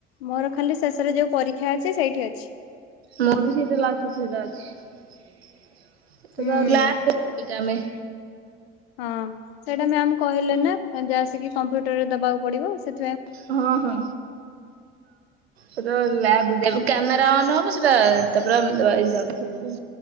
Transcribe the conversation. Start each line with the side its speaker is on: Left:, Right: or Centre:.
Left: ମୋର ଖାଲି ଶେଷରେ ଯୋଉ ପରୀକ୍ଷା ଅଛି ସେଇଠି ଅଛି।
Right: ମୋର ବି ସେଇଟା ଲାଷ୍ଟ ଥ୍ରି ଟା ଅଛି
Left: ହୁଁ।
Right: ଲାଷ୍ଟ ସେଟା ଆମେ
Left: ହଁ ସେଇଟା ମ୍ୟାାମ କହିଲେ ନା ଯା ଆସିକି କମ୍ପ୍ୟୁଟରରେ ଦବାକୁ ପଡିବ ସେ
Right: ହଁ ହଁ ହ ହ। କ୍ୟାମେରା ଅନ ହବ ସେଟା ତା ପରେ ଦେବ ଏକ୍ସାମ୍।